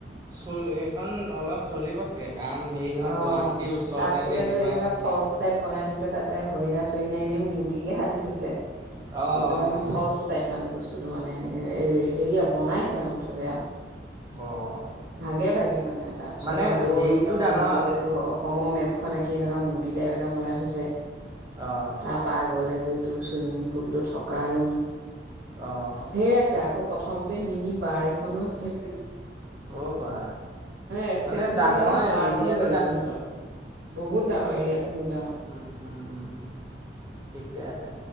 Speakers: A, on the right; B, on the right.
A: চল এইখন অলপ চলিব চাগে কাৰণ হেৰি নহয়
B: অ'।
A: গুৱাহাটীৰ ওচৰতে
B: তাৰপিছতে
A: তেনেকুৱা
B: তো এনেকা
A: ফেচেলেতি
B: ফলচ টাইপ বনাই থৈছে তাতে হৰিণা চৰিণা এনেই মূৰ্ত্তিকে সাজি থৈছে,
A: অ', অ',
B: কিন্তু মানে
A: অ',
B: ফলচ টাইপ মানে বস্তু বস্তুটো মানে এনেকে হেৰিয়া বনাইছে আৰু মুঠতে আৰু।
A: অ', অ',
B: ভাগে ভাগে মানে তাৰপিছতে
A: মানে
B: আকৌ
A: হেৰিটো
B: একদম
A: ডাঙৰ
B: মাজতেতো
A: আৰু
B: অশ অসমৰ মেপখন আকি এনেকুৱা মূৰ্তি টাইপ এটা বনাই থৈছে,
A: অ',
B: তাৰপা আগলৈ গৈ তোৰ চুইমিং পুলটো থকা ৰুম
A: অ',
B: ধেৰ আছে আকৌ প্ৰথমতে মিনি বাৰ এখনো আছে।
A: অ' বা
B: ৰেষ্টুৰেণ্টখনো
A: মানে ডাঙৰ
B: বেলেগ বাৰখনো
A: এৰিয়াত
B: বেলেগ সিহঁতৰ, বহুত ডাঙৰ এৰিয়াটো বহুত ডাঙৰ।
A: উম, উম, উম, উম, ঠিকে আছে